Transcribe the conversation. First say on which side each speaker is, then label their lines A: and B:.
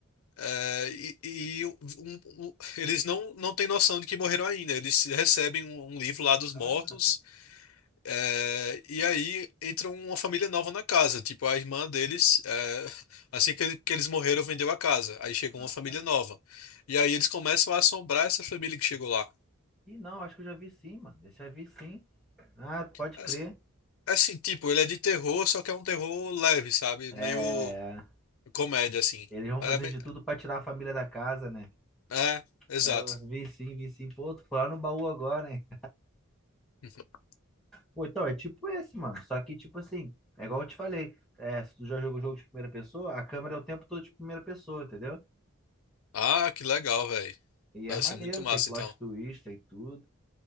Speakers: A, on the left (about 70°); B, in the centre.
A: É, e e o- um- o- eles não, não têm noção de que morreram ainda. Eles recebem um, um livro lá dos
B: caraca.
A: mortos, é, e aí entra uma família nova na casa. Tipo, a irmã deles, é, assim que, ele- que eles morreram, vendeu a casa. Aí chegou
B: Ah,
A: uma família
B: tá.
A: nova. E aí eles começam a assombrar essa família que chegou lá.
B: Ih, não, acho que eu já vi sim, mano. Esse eu já vi sim. Ah, pode
A: As-
B: crer.
A: Assim, tipo, ele é de terror, só que é um terror leve, sabe?
B: É,
A: Meio comédia, assim.
B: eles vão
A: Mas
B: fazer
A: é, bem-
B: de tudo pra tirar a família da casa, né?
A: é, exato.
B: Eu vi sim, vi sim. Pô, tu foi lá no baú agora, hein?
A: <laughs>
B: Pô, então é tipo esse, mano. Só que, tipo assim, é igual eu te falei. É, se tu já jogou jogo de primeira pessoa, a câmera é o tempo todo de primeira pessoa, entendeu?
A: Ah, que legal, velho.
B: E é
A: Deve
B: maneiro,
A: ser muito massa,
B: tem plot
A: então.
B: twist, tem tudo.